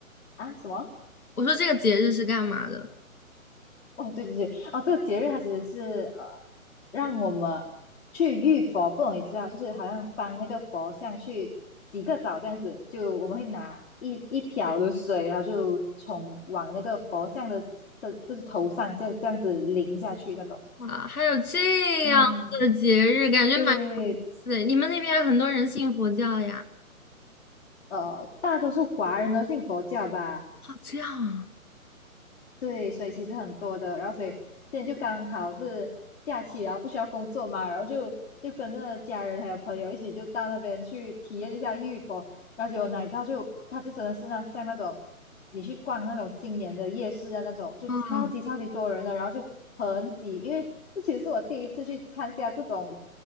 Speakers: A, on the left; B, on the left.
A: 啊什么？
B: 我说这个节日是干嘛的
A: 哦，对对对，哦，这个节日它其实是呃，让我们去浴佛，不容易知道，就是好像帮那个佛像去洗个澡这样子，就我们会拿一一瓢的水，然后就从往那个佛像的这就是头上这样这样子淋下去那种。
B: 啊？还有这样的节日，
A: 嗯，
B: 感觉蛮有意思诶你们那边很多人信佛教呀？
A: 对，呃，大多数华人都信佛教吧，
B: 好这样啊，
A: 对，所以其实很多的，然后所以现在就刚好是假期，然后不需要工作嘛，然后就就跟着家人还有朋友一起就到那边去体验一下玉佛，然后结果哪知道就他就真的是那像那种你去逛那种新年的夜市啊那种，就超级超级多人的，
B: 嗯
A: 然后就很挤，因为这其实是我第一次去参加这种